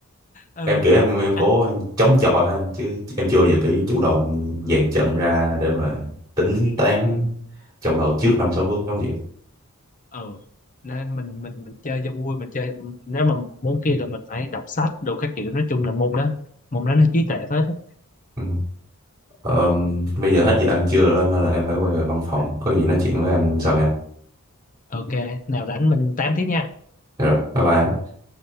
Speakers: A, on the left; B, on the right.
A: ừ
B: em kiểu em em có
A: anh
B: chống chọi ha, chứ em chưa bao giờ kiểu như chủ động dàn trận ra để mà tính toán
A: ừ.
B: trong đầu trước năm sáu bước giống vậy
A: ừ nên mình mình mình chơi cho vui mình chơi nếu mà muốn kia là mình phải đọc sách đồ các kiểu nói chung là môn đó môn đó nó trí tuệ phết á.
B: ừ. Ờm, bây giờ hết giờ ăn trưa rồi đó, nên là em phải quay về văn phòng có gì nói chuyện với anh sau nha
A: ok nào rảnh mình tám tiếp nha
B: Dạ rồi bye bye anh